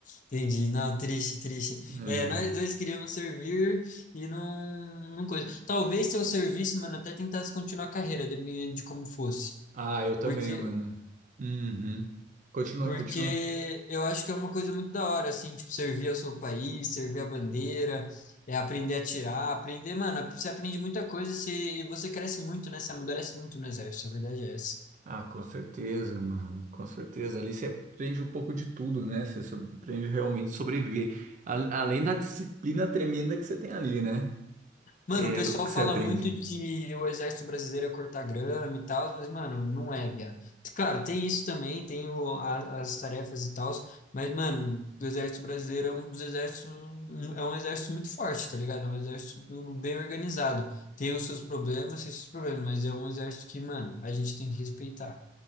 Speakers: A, on the left (about 45°); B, on the right (about 45°).
A: Entendi. Não, triste, triste.
B: Uhum.
A: É, nós dois queríamos servir e não, não coisa. Talvez se eu servisse, mano, até tentasse continuar a carreira, dependendo de como fosse.
B: Ah, eu também,
A: Porque,
B: mano. Uhum. Continua,
A: porque
B: continua.
A: eu acho que é uma coisa muito da hora, assim, tipo, servir ao seu país, servir a bandeira, é aprender a tirar, aprender, mano, você aprende muita coisa se, e você cresce muito, né? Você amadurece muito no exército, a verdade é essa.
B: Ah, com certeza, mano, com certeza. Ali você aprende um pouco de tudo, né? Você so- aprende realmente a sobreviver. A- além da disciplina tremenda que você tem ali, né?
A: Mano,
B: É
A: o pessoal
B: o que
A: fala
B: você aprende.
A: muito que o exército brasileiro é cortar grama e tal, mas, mano, não é, viado. Claro, tem isso também, tem o- a- as tarefas e tal, mas, mano, o exército brasileiro é um dos exércitos, um- é um exército muito forte, tá ligado? É um exército bem organizado. Tem os seus problemas, tem os seus problemas, mas é um exército que, mano, a gente tem que respeitar.